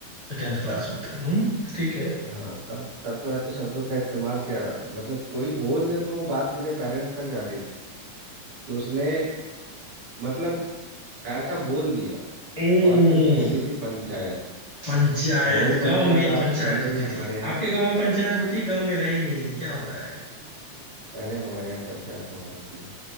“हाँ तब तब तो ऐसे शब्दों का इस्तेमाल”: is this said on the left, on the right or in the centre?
Right